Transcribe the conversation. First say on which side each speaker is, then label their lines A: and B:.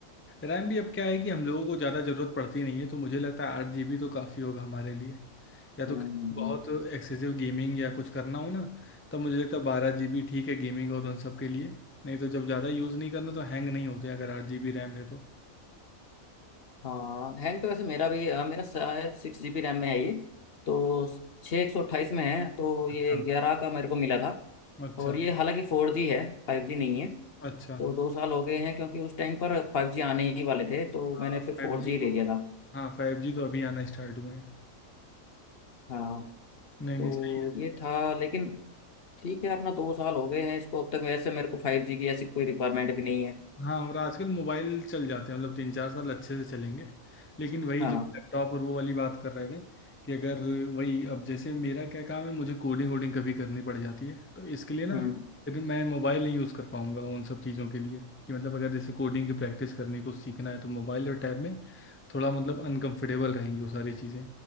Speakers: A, on the left; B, on the left.
A: रैम भी अब क्या है कि हम लोगों को ज़्यादा ज़रूरत पड़ती नहीं है तो मुझे लगता है आठ जीबी तो काफ़ी होगा हमारे लिए या तो
B: हम्म
A: किसी
B: हम्म, हम्म।
A: को बहुत एक्सेसिव गेमिंग या कुछ करना हो ना तब मुझे लगता है बारह जीबी ठीक है गेमिंग और उन सब के लिए नहीं तो जब ज़्यादा यूज़ नहीं करना तो हैंग नहीं होते अगर आठ जीबी रैम है तो
B: हाँ हैंग तो वैसे मेरा भी अ, मेरा शायद सिक्स जीबी रैम में है ये तो छः एक सौ अट्ठाईस में है तो ये
A: अच्छा
B: ग्यारह का मेरे को मिला था
A: अच्छा
B: और ये हालांकि फोर जी है फाइव जी नहीं है
A: अच्छा
B: तो दो साल हो गए हैं क्योंकि उस टाइम पर फाइव जी आने ही वाले थे तो
A: हाँ
B: मैंने फिर
A: फाइव
B: फोर
A: जी
B: जी ले
A: तो
B: लिया था
A: हाँ फाइव जी तो अभी आना स्टार्ट हुए हैं
B: हाँ
A: नहीं
B: तो
A: नहीं सही
B: ये था लेकिन ठीक है अपना दो साल हो गए हैं इसको अब तक वैसे मेरे को फाइव जी की ऐसी कोई रिक्वायरमेंट भी नहीं है
A: हाँ और आजकल मोबाइल चल जाते हैं मतलब तीन चार साल अच्छे से चलेंगे लेकिन वही
B: हाँ
A: जो लैपटॉप और वो वाली बात कर रहे थे कि अगर वही अब जैसे मेरा क्या काम है मुझे कोडिंग वोडिंग कभी करनी पड़ जाती है तो इसके लिए ना
B: हम्म
A: फिर मैं मोबाइल नहीं यूज़ कर पाऊंगा उन सब चीज़ों के लिए कि मतलब अगर जैसे कोडिंग की प्रैक्टिस करने को सीखना है तो मोबाइल और टैब में थोड़ा मतलब अनकंफर्टेबल रहेंगी वो सारी चीज़ें